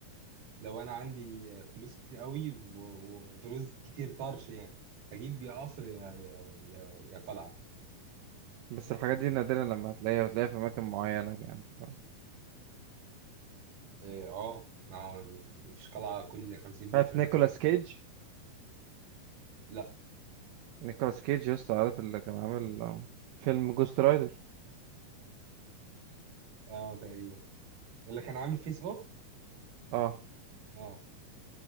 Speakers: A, on the right; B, on the right.
A: لو انا عندي فلوس كتير قوي و- وفلوس كتير طرش يعني اجيب يا قصر يا يا يا, يا قلعه
B: بس الحاجات دي نادرا لما هتلاقيها هتلاقيها في أماكن معينة يعني تمام
A: إيه، اه ما هو مفيش قلعه كل 50 متر
B: عارف نيكولاس
A: مثلا
B: كيج
A: لا
B: نيكولاس كيج يا اسطى عارف اللي كان عامل آه، فيلم جوست رايدر
A: اه تقريبا اللي كان عامل فيس اوف
B: اه
A: اه